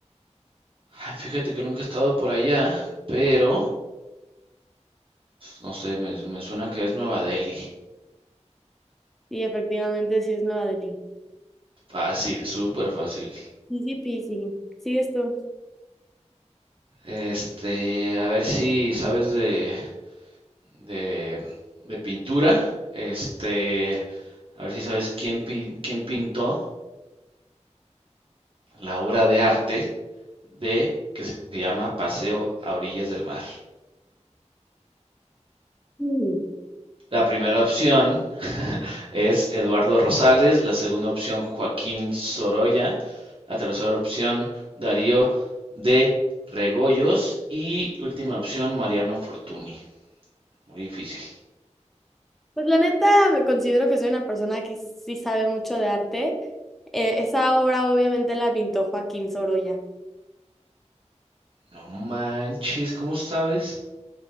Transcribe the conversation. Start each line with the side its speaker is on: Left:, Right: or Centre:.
Right: Ay, fíjate que nunca he estado por allá, pero, no sé, me, me suena que es Nueva Delhi.
Centre: Y efectivamente sí es Nueva Delhi.
Right: Fácil, súper fácil.
Centre: Easy peasy. ¿Sigues tú?
Right: Este, a ver si sabes de, de, de pintura. Este, a ver si sabes quién, pin- quién pintó la obra de arte de que se llama Paseo a orillas del mar.
Centre: Mm.
Right: La primera opción <laughs> es Eduardo Rosales, la segunda opción Joaquín Sorolla, la tercera opción Darío de Regoyos y última opción Mariano Fortuny. Muy difícil.
Centre: Pues la neta, me considero que soy una persona que sí sabe mucho de arte. Eh, esa obra obviamente la pintó Joaquín Sorolla.
Right: No manches, ¿cómo sabes?